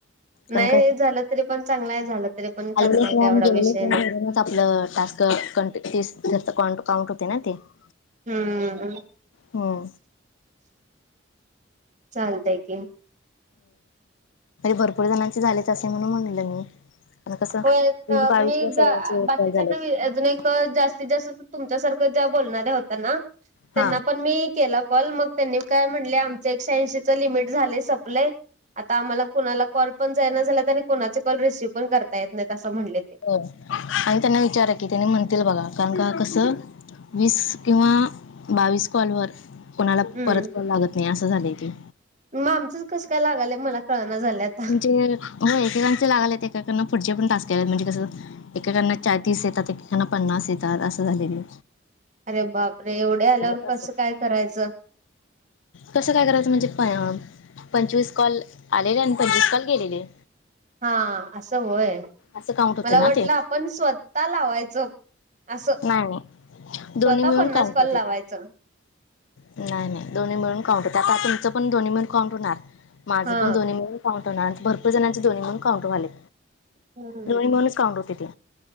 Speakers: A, on the right; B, on the left.
A: नाही
B: ण क
A: झालं तरी पण चांगलं आहे झालं तरी पण
B: आलेलेण
A: चांगला आहे काय एवढा
B: गेलेणऊून
A: विषय नाही
B: <unintelligible> च आपलं टास्क ं घर काउंट होते ना ते <unintelligible>
A: हम्म.
B: हम्म
A: चालतय. की
B: भरपूर जणांचे झालेच असे म्हणून म्हणलं. मी आता कसं
A: होय
B: वीस बावीस
A: मी
B: व
A: ज
B: सगळ्यांचे
A: बाकीच्या
B: कॉल झालेत.
A: ना मी अजून एक <unintelligible> जास्तीत जास्त तुमच्यासारखं ज्या बोलणाऱ्या होत. ना त्यांना
B: हा
A: पण मी केला. कॉल मग त्यांनी काय म्हणले. आमचं एकशे ऐंशीच लिमिट झालं. सप्लाय आता आम्हाला कुणाला कॉल पण जाय ना झालात आणि कोणाचे कॉल रिसीव्ह पण करता येत नाहीत. असं म्हणले. ते
B: हो. आणि त्यांना विचार की त्यांनी म्हणतील बघा कारण. का कसं. वीस किंवा बावीस कॉल वर कोणाला
A: हम्म
B: परत कॉल लागत. नाही. असं झालंय. की
A: मग आमचंच कसं. काय लागालय मला कळना झाल्यात.
B: म्हणजे हो एकेकांचे लागाले आहेत. एकेकांना पुढचे पण तक केलेत म्हणजे. कसं येतात एेकना पन्नास येतात असं झालेलं.
A: अरे बापरे एवढे आल्यावर
B: तास
A: कसं
B: आहे
A: काय करायचं
B: कसं काय करायचं म्हणजे पंचवीस कॉल आलेल्या पंचवीसल गेलेले.
A: हा असं होय
B: असं काउंट होते
A: मला
B: ना
A: वाटलं.
B: ते
A: आपण स्वतः लावायचं. असं.
B: नाही नाही दोन्ही
A: स्वतः
B: मिळून
A: पन्नास
B: काउंट
A: कॉल
B: होते
A: लावायचं.
B: ते नाही नाही दो् मिळून काउंट होते. आता तुमचं पण दोन्ही मिळून काउंटणार माझं
A: हा
B: पण दोन्ही मिळून. काउंटरणार भरपूर जणांचे दोन्ही म्हणून काउंटर जालेत
A: हम्म
B: दोन् म्हणच काउंटर होते ते